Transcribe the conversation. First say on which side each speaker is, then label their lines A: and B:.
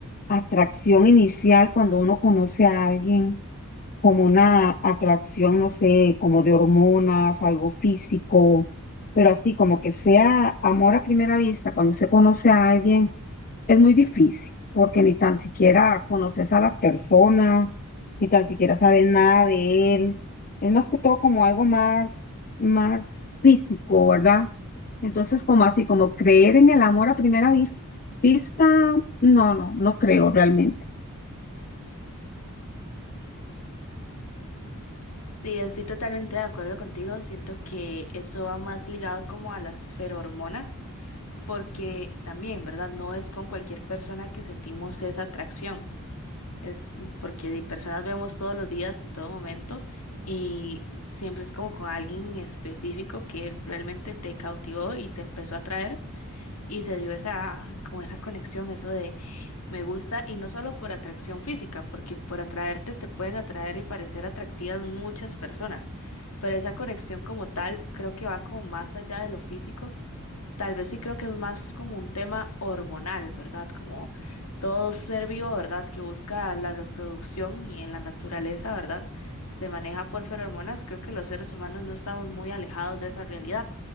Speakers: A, on the left; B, on the left.
A: atracción inicial cuando uno conoce a alguien, como una atracción, no sé, como de hormonas, algo físico, pero así como que sea amor a primera vista cuando se conoce a alguien. Es muy difícil porque ni tan siquiera conoces a las personas, ni tan siquiera sabes nada de él. Es más que todo como algo más, más físico, ¿verdad? Entonces, como así, como creer en el amor a primera vis- vista, no, no, no creo realmente.
B: Sí, estoy totalmente de acuerdo contigo. Siento que eso va más ligado como a las feromonas, porque también, ¿verdad? No es con cualquier persona que sentimos esa atracción. Es porque de personas vemos todos los días, en todo momento, y siempre es como con alguien en específico que realmente te cautivó y te empezó a atraer y se dio esa, como esa conexión, eso de me gusta, y no solo por atracción física, porque por atraerte te pueden atraer y parecer atractivas muchas personas, pero esa conexión como tal creo que va como más allá de lo físico Tal vez sí creo que es más como un tema hormonal, ¿verdad? Como todo ser vivo, ¿verdad? Que busca la reproducción y en la naturaleza, ¿verdad? Se maneja por feromonas. Creo que los seres humanos no estamos muy alejados de esa realidad,